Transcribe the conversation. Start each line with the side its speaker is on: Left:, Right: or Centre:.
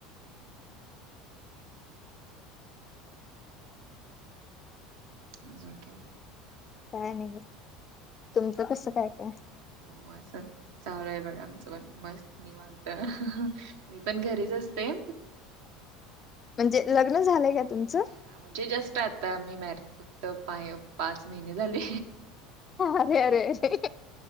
Right: हम् हम्म. अजून काय मग?
Left: काय नाही बघ तुमचं कस काय काय?
Right: हो असं चालू आहे बघा आमचं पण मस्त निवांत. मी पण घरीच असते.
Left: म्हणजे लग्न झालंय का तुमचं?
Right: हा म्हणजे जस्ट आता मी मॅर फक्त पाय पाच महिने झाले.
Left: अरे अरेरे